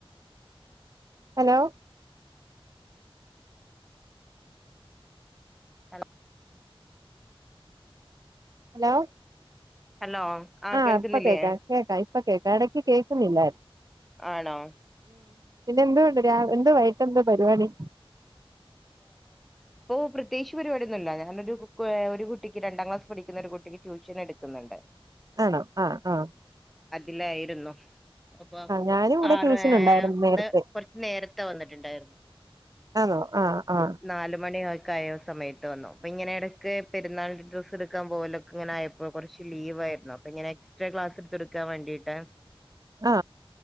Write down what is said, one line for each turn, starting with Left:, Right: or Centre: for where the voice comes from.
Right: ഹലോ.
Centre: ഹലോ.
Right: ഹലോ.
Centre: ഹലോ ആഹ്
Right: ആ
Centre: കേൾക്കുന്നില്ലേ
Right: ഇപ്പ കേൾക്ക കേക്കാ ഇപ്പ കേക്ക ഇടയ്ക്ക് കേക്ക പിന്നെ
Centre: ആണോ
Right: എന്തണ്ട് എ <inaudible> എന്താ പരിപാടി
Centre: ഇപ്പൊ പ്രത്യേകിച്ച് പരിപാടിയൊന്നുല്ലാ. ഞാനൊരു ഒരു കുട്ടിക്ക് രണ്ടാം ക്ലാസ് പഠിക്കുന്ന കുട്ടിക്ക് ട്യൂഷൻ എടുക്കുന്നുണ്ട്.
Right: ആണോ ആ ആ
Centre: ഇല്ലായിരുന്നു. അപ്പൊ
Right: ഞാനും ഇവിടെ
Centre: ആറ്
Right: ട്യൂഷൻ ഉണ്ടായിരുന്നു
Centre: ഇന്ന്
Right: നേരത്തെ
Centre: കൊറച്ച നേരത്തെ വന്നിട്ടുണ്ടായിരുന്നു.
Right: ആണോ ആഹ് ആഹ്
Centre: നാല് മണി സമയത്ത് വന്നു അപ്പൊ ഇങ്ങനെ ഇടക്ക് പെരുന്നാളി ഡ്രസ് എടുക്കാൻ പോലൊക്കെങ്ങനെ ആയപ്പോ കുറച്ച് ലീവ് അപ്പ ഇങ്ങനെ എക്സ്ട്രാ ക്ലാസ് എടുത്ത്ടുക്കാൻ വേണ്ടിയിട്ട്
Right: ആ